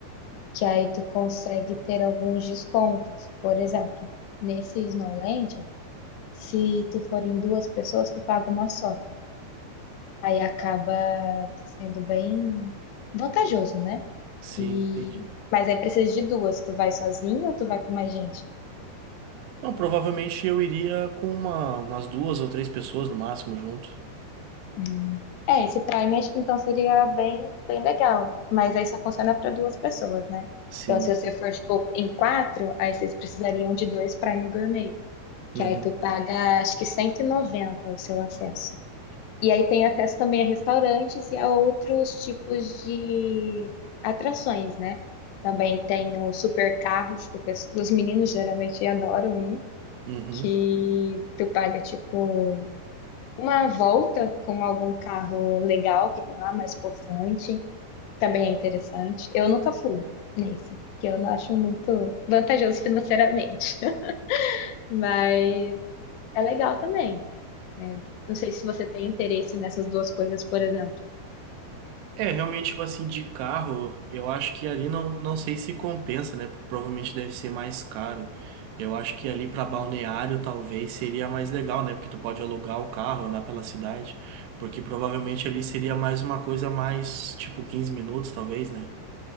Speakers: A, on the left (about 80°); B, on the right (about 80°).
A: que aí tu consegue ter alguns descontos. Por exemplo, nesse Snowland, se tu for em duas pessoas, tu paga uma só. Aí acaba sendo bem vantajoso, né?
B: Sim,
A: E
B: entendi.
A: mas aí precisa de duas, tu vai sozinho ou tu vai com mais gente?
B: Não, provavelmente eu iria com uma, umas duas ou três pessoas no máximo junto.
A: Hum. É, esse Prime acho que então seria bem, bem legal. Mas aí só funciona para duas pessoas, né?
B: Sim.
A: Então, se você for, tipo, em quatro, aí vocês precisariam de dois Prime Gourmet. Que
B: Uhum.
A: aí tu paga, acho que 190 o seu acesso. E aí tem acesso também a restaurantes e a outros tipos de atrações, né? Também tem os supercarros, que o pes- os meninos geralmente adoram ir,
B: Uhum.
A: que tu paga, tipo. Uma volta com algum carro legal que tem lá, mais possante, também é interessante. Eu nunca fui nesse, que eu não acho muito vantajoso financeiramente. <laughs> Mas é legal também. né? Não sei se você tem interesse nessas duas coisas, por exemplo.
B: É, realmente, tipo assim, de carro, eu acho que ali não, não sei se compensa, né? Porque provavelmente deve ser mais caro. Eu acho que ali para balneário talvez seria mais legal, né? Porque tu pode alugar o carro, andar pela cidade. Porque provavelmente ali seria mais uma coisa mais, tipo, 15 minutos, talvez, né?